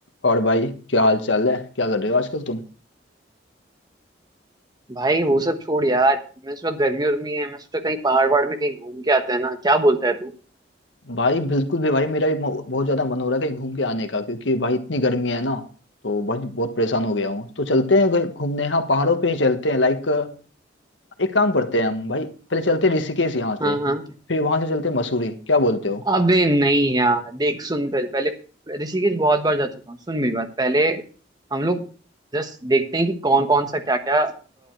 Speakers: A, on the left; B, on the right.
A: और भाई क्या हाल चाल है क्या कर रहे हो आजकल तुम
B: भाई वो सब छोड़ यार मैं इस वक्त गर्मी उर्मी है मैं सोचा कहीं पहाड़ वहाड़ में कहीं घूम के आते हैं ना क्या बोलता है तू
A: भाई बिल्कुल भी भाई मेरा भी मो- बहुत ज्यादा मन हो रहा है कहीं घूम के आने का क्योंकि भाई इतनी गर्मी है ना तो भाई बहुत परेशान हो गया हूँ तो चलते हैं कहीं घूमने हाँ पहाड़ों पे ही चलते हैं लाइक एक काम करते हैं हम भाई पहले चलते हैं ऋषिकेश यहाँ
B: हाँ
A: से
B: हाँ
A: फिर वहां से चलते हैं मसूरी क्या बोलते हो
B: अबे नहीं यार देख सुन पहले पहले ऋषिकेश बहुत बार जा चुका हूँ सुन मेरी बात पहले हम लोग जस्ट देखते हैं कि कौन कौन सा क्या क्या